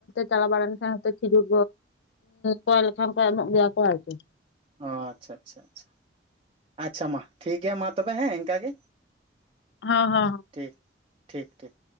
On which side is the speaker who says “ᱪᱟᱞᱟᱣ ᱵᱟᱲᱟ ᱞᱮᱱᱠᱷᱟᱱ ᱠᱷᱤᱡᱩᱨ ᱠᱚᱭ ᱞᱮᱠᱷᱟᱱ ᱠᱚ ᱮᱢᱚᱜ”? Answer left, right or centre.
Left